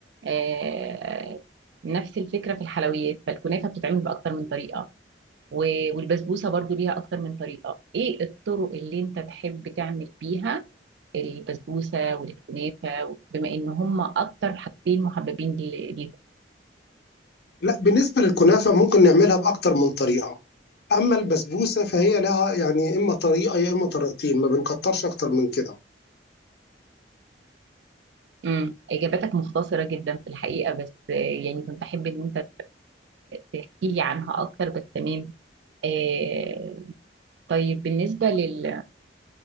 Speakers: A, on the right (about 70°); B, on the left (about 60°).
A: آه نفس الفكرة في الحلويات فالكنافة بتتعمل بأكتر من طريقة و- والبسبوسة برضو ليها أكتر من طريقة ايه الطرق اللي انت تحب تعمل بيها البسبوسه والكنافه بما ان هم اكتر حاجتين محببين لي- ليهم
B: لا بالنسبة للكنافة ممكن نعملها بأكتر من طريقة أما البسبوسة فهي لها يعني إما طريقة يا إما طريقتين ما بنكترش أكتر من كده
A: امم اجاباتك مختصره جدا في الحقيقه بس آه، يعني كنت احب ان انت تحكي لي عنها اكتر بس تمام آه طيب بالنسبه لل...